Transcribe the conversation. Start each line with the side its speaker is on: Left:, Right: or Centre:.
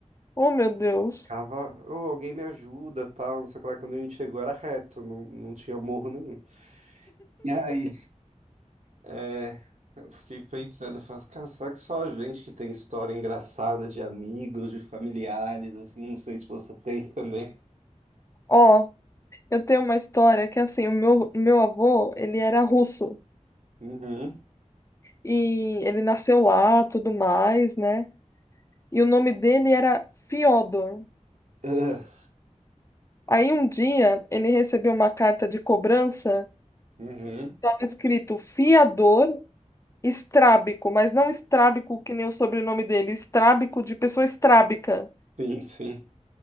Left: Oh, meu Deus.
Right: Ficava, "Ô, alguém me ajuda, tal, não sei o que lá. Quando a gente chegou era reto, não, não tinha morro nenhum. E aí É, eu fiquei pensando, eu faço, cara, será que só a gente que tem história engraçada de amigos, de familiares, assim, não sei se você tem também.
Left: Ó, eu tenho uma história que, assim, o meu, meu avô, ele era russo,
Right: Uhum.
Left: e ele nasceu lá, tudo mais, né? E o nome dele era Fiodor.
Right: Ah,
Left: Aí, um dia, ele recebeu uma carta de cobrança,
Right: Uhum.
Left: estava escrito fiador estrábico, mas não estrábico que nem o sobrenome dele, estrábico de pessoa estrábica.
Right: Sim, sim.